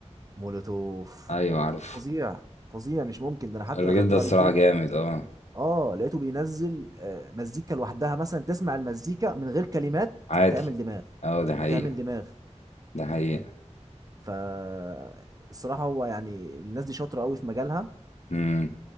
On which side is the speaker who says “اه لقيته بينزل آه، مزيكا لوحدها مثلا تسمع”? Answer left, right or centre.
Right